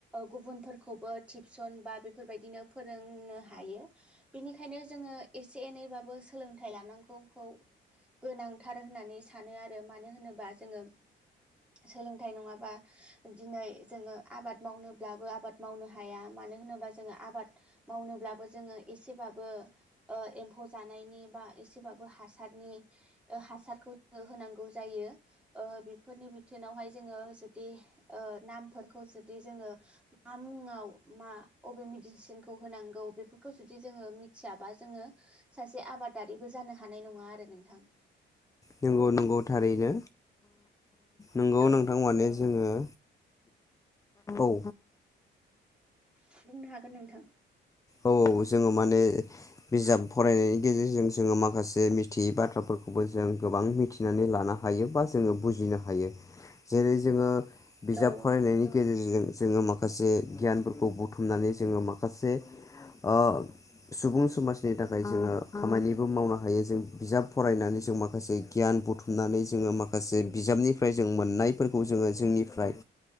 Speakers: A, in the centre; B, on the left (about 15°).
A: गुबुनफोरखौबो टिप्स टिउसन बा बेफोरबायदिनो फोरोंनो हायो बेनिखायनो जोङो एसे एनैबाबो सोलों सोलोंथाइ लानांगौखौ गोनांथार होननानै सानो आरो मानो होनोबा जोङो सोलोंथाइ नङाबा दिनै जोङो आबाद मावनोब्लाबो आबाद मावनो हाया मानो जों आबाद मावनो ब्लाबो जोंओ एसेबाबो एम्फौ जानायनि बा एसेबा हासारनि हासारखौ जो होनांगौ जायो। फोरनि बिथोनावहाय जोङो जुदि नामफोरखौ जुदि जोङो मा मुङाव मा अबे मेडिसिनखौ होनांगौ बेफोरखौ जुदि जोङो मिथियाबा जोङो सासे आबाद आबादारिबो जानो हानाय नङा आरो नोंथां।
B: नंगौ नंगौ थारैनो। नोंगौ
A: औ
B: नोंथां माने जोङो औ
A: बुंनो हागोन नोंथां।
B: औ औ जोङो माने बिजाब फरायनायनि गेजेरजों जोङो माखासे मिथियै बाथ्राफोरखौ बो जों गोबां मिथिनानै लानो हायो बा जोङो बुजिनो हायो जेरै जोङो बिजाब
A: औ
B: फरायनायनि गेजेरजों जोङो माखासे गियानफोरखौ बुथुमनानै जोङो माखासे ओ सुबुं समाजनि थाखाय जोङो खामानिबो मावनो हायो जों बिजाब फरायनानै जों माखासे गियान बुथुमनानै जोङो माखासे बिजाबनिफ्राय जों मोननायफोरखौ जोङो जोंनिफ्राय